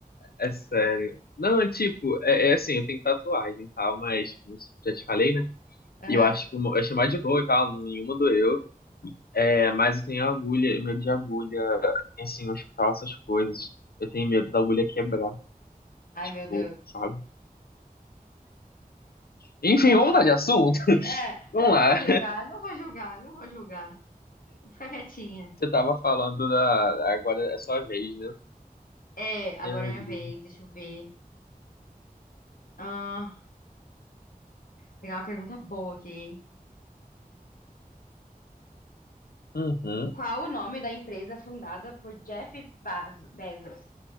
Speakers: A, on the left; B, on the left.
A: É sério. Não, é tipo, é, é assim, eu tenho tatuagem e tal, mas como eu já te falei, né?
B: Aham.
A: E eu acho que eu achei mais de boa e tal, nenhuma doeu. É, mas eu tenho agulha, medo de agulha, assim, hospital, essas coisas. Eu tenho medo da agulha quebrar,
B: Ai,
A: tipo,
B: meu Deus.
A: sabe? Enfim,
B: Não
A: vamos
B: vou.
A: mudar de assunto? <laughs>
B: É,
A: Vamos
B: eu não
A: lá.
B: vou julgar, não vou julgar, não vou julgar. Vou ficar quietinha.
A: Você tava falando da. Agora é sua vez, né?
B: É, agora
A: Ai,
B: é minha
A: Deus.
B: vez, deixa eu ver. Ah, pegar uma pergunta boa aqui, hein?
A: Uhum,
B: Qual o nome da empresa fundada por Jeff Bazo- Bezos?